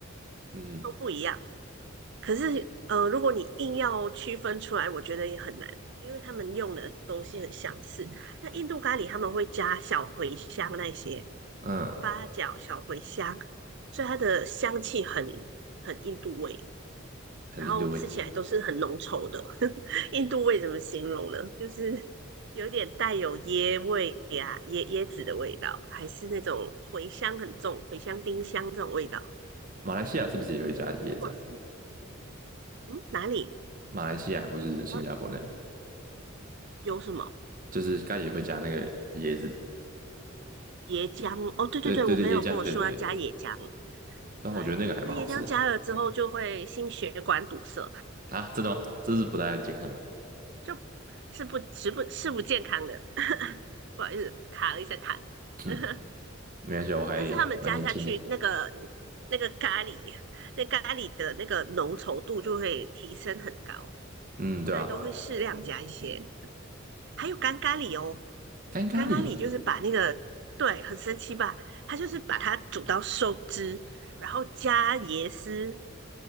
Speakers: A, on the right; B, on the right.
A: 嗯
B: 都不一样。可是呃，如果你硬要区分出来，我觉得也很难，因为他们用的东西很相似。那印度咖喱他们会加小茴香那些
A: 嗯，
B: 八角、小茴香，所以它的香气很很印度味。
A: 很印度味。
B: 然后吃起来都是很浓稠的。<laughs> 印度味怎么形容呢？就是有点带有椰味呀、啊椰椰子的味道，还是那种茴香很重、茴香、丁香这种味道。嗯，
A: 马来西亚是不是也会加椰子啊？
B: 如果是嗯哪里？
A: 马来西亚或是新加坡那里，
B: 然后有什么
A: 就是该也会加那个椰子。
B: 椰椰浆？哦，对对对，
A: 对对对，
B: 我朋友跟我说要加椰浆，
A: 椰浆，对对对。但我觉得那个还蛮好吃的
B: 对，那椰浆加了之后就会心血管堵塞，
A: 啊，真的吗？这是不太健康。
B: 就是不是不是不健康的。不好意思，卡了一下痰。
A: 嗯，
B: <laughs>
A: 没关系啊，我还蛮年轻的。
B: 但是他们加下去那个那个咖喱，那咖喱的那个浓稠度就会提升很高，
A: 嗯，对啊，
B: 所以都会适量加一些。还有干咖喱哦，
A: 干咖喱，
B: 干咖喱就是把那个，对，很神奇吧？它就是把它煮到收汁，然后加椰丝，